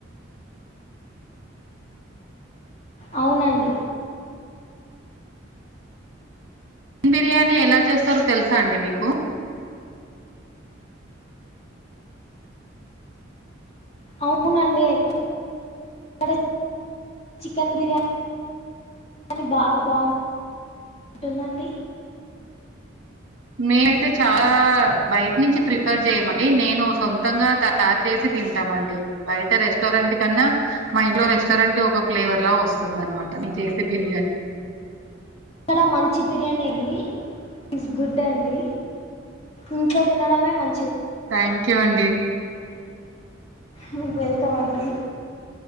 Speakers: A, on the left; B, on the right.
A: అవునండి
B: బిర్యానీ ఎలా చేస్తారో తెలుసా అండి మీకు
A: అవునండి ఎక్కడ చికెన్ బిర్యా నీ బాగా బాగు ఉంటుందండి
B: మేమైతే చాలా బయట నుంచి ప్రిఫర్ చేయమండి నేను సొంతంగా తయారు చేసి తింటామండి బయట రెస్టారెంట్ కన్నా మా ఇంట్లో రేస్ సరంటే ఒక ఫ్లేవర్ లా వస్తుంది అనమాట నేన్ చేస్తె బిర్యానీ
A: డ మంచి బిర్యానీయ అండి స్ గుడ్ అండి ఇంట్లో తినడమే మం
B: థాంక్ యూ అండి
A: మీక్ దొరకదండీ అండి